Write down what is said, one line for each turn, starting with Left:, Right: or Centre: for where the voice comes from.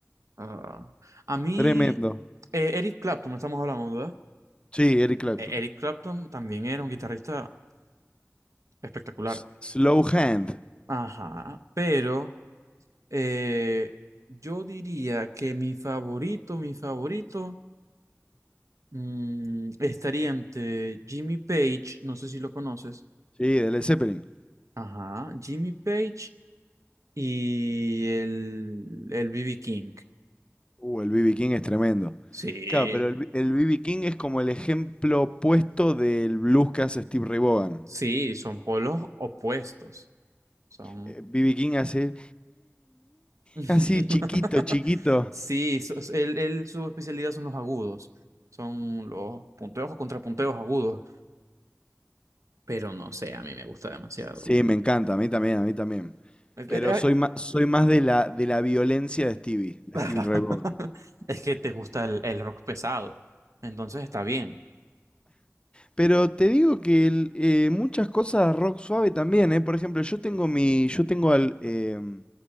Right: Ah, a mí,
Left: Tremendo.
Right: eh, Eric Clapton, estamos hablando, ¿verdad?
Left: Sí, Eric Clapton.
Right: Eh, Eric Clapton también era un guitarrista espectacular.
Left: S- Slow Hand.
Right: Ajá, pero eh, yo diría que mi favorito, mi favorito, mm, estaría entre Jimmy Page, no sé si lo conoces.
Left: Sí, de Led Zeppelin.
Right: Ajá, Jimmy Page y el, el B.B. King.
Left: Uh, el B.B. King es tremendo.
Right: Sí,
Left: Claro, pero el B- el B.B. King es como el ejemplo opuesto del blues que hace Steve Ray Vaughan.
Right: Sí, son polos opuestos. Son.
Left: Eh, B.B. King hace...
Right: <laughs>
Left: Así chiquito, chiquito.
Right: Sí, so- so- él, él- su especialidad son los agudos. Son los punteos o contrapunteos agudos. Pero no sé, a mí me gusta demasiado.
Left: Sí, me encanta, a mí también, a mí también.
Right: Eh,
Left: Pero
Right: eh,
Left: soy
Right: eh,
Left: más, soy más de la, de la violencia de Stevie, de
Right: <laughs>
Left: Stevie Ray Vaughan.
Right: Es que te gusta el, el rock pesado. Entonces está bien.
Left: Pero te digo que el, eh, muchas cosas rock suave también, ¿eh? Por ejemplo, yo tengo mi, yo tengo al, em,